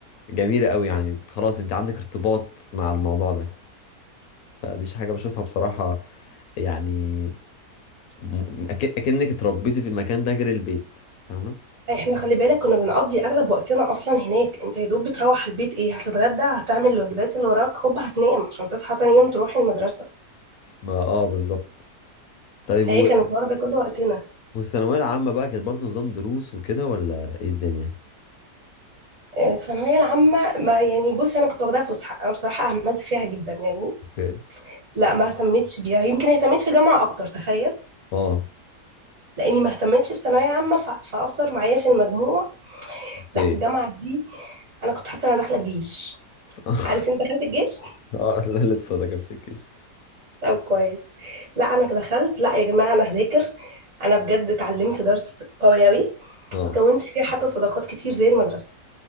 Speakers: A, on the left; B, on the right.
A: جميلة قوي يعني خلاص أنت عندك ارتباط مع الموضوع ده فدي حاجة بشوفها بصراحة يعني م- أك- أكنك اتربيتي في المكان ده غير البيت فاهمة؟
B: احنا خلي بالك كنا بنقضي اغلب وقتنا اصلا هناك انت يا دوب بتروح البيت ايه هتتغدى هتعمل الواجبات اللي وراك هوب هتنام عشان تصحى تاني يوم تروح المدرسه
A: ما آه بالظبط طيب
B: فهي
A: و...
B: كانت واخده كل وقتنا
A: والثانوية العامة بقى كانت برضو نظام دروس وكده ولا إيه الدنيا؟
B: آه، الثانويه العامه ما يعني بصي انا كنت واخداها فسحه انا بصراحه اهملت فيها جدا يعني
A: أوكي
B: لا ما اهتمتش بيها يمكن اهتميت في جامعه اكتر تخيل
A: آه
B: لاني ما اهتمتش في ثانويه عامه ف- فاثر معايا في المجموع
A: أوكي
B: لا الجامعه دي انا كنت حاسه انا داخله الجيش
A: <laughs>
B: عارف انت دخلت الجيش
A: آه لا لسه ما دخلتش الجيش
B: طب كويس لا انا دخلت لا يا جماعه انا هذاكر انا بجد اتعلمت درس قوي اوي
A: آه
B: كونت فيه حتى صداقات كتير زي المدرسه